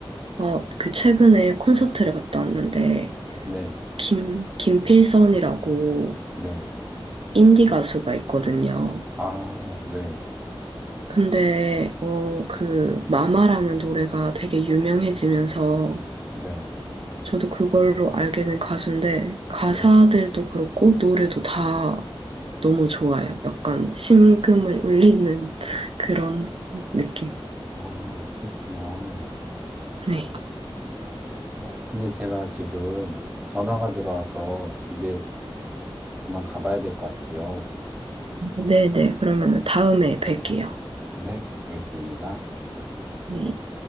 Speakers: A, on the right; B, on the right.
A: 어, 그 최근에 콘서트를 갔다 왔는데,
B: 네,
A: 김, 김필선이라고
B: 네,
A: 인디 가수가 있거든요.
B: 아, 네,
A: 근데, 어, 그, 마마라는 노래가 되게 유명해지면서
B: 네,
A: 저도 그걸로 알게 된 가수인데, 가사들도
B: 네,
A: 그렇고, 노래도 다 너무 좋아요. 약간 심금을 울리는 그런 느낌.
B: 아, 그렇구나.
A: 네.
B: 어, 근데 제가 지금 전화가 들어와서 이제 그만 가봐야 될 것 같아요.
A: 네네. 그러면 다음에 뵐게요.
B: 네, 알겠습니다.
A: 네.